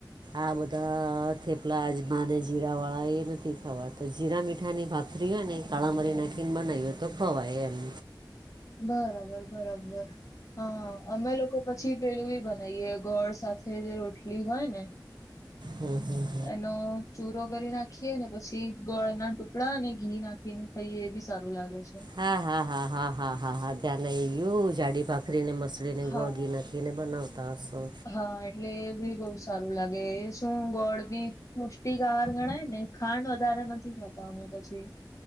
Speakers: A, on the right (about 75°); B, on the left (about 45°).
A: આ બધા થેપલા અજમાને જીરા વાળા એ નથી ખાવાત તો જીરા મીઠાની પાથરી હોય ને કાળા મરી નાખીને બનાવી હોય તો ખવાય એમ.
B: બરાબર બરાબર. હા અમે લોકો પછી પેલું બનાવીએે ગોળ સાથે જે રોટલી હોય ને.
A: હમ્મ હમ્મ.
B: એનો. ચૂરો કરી નાખીએ ને પછી ગળ ના ટુકડા અને ઘી નાખીને ખાઈએ એ બી સારું લાગે છે.
A: હા હા હા હા હા હા હા ધ્યાંને ગયું જાડી ભાખરી ને મસ્ત ચટણી
B: હા
A: ને ગોળગી નાખીને બનાવતા હોશો.
B: હા એટલે એ બી બહુ સારું લાગે શું ગોળ બી ખુષ્ટિકાર ગણાય ને. ખાંડ વધારે નથી ખાતા અમે પછી